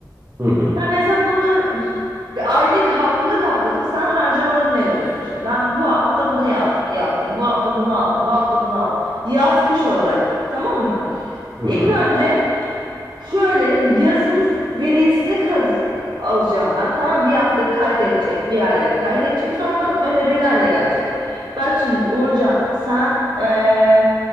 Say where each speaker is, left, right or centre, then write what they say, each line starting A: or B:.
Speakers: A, on the right; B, on the right.
A: Hı hı.
B: Sen mesela bunları bir aylık haftalık haftalık sen harcamalarını yazıyorsun işte. Ben bu hafta bunu yaz, yaptım. Bu hafta bunu aldım. Bu hafta bunu aldım. Yaz kış olarak. Tamam mı?
A: Hı
B: İlk
A: hı.
B: önce şöyle yazın verisini kaz alacağım ben. Tamam bir hafta kaydedecek. Bir aylık kaydedecek. Sonra bana önerilerle gelecek. Bak şimdi Uğurcan sen eee,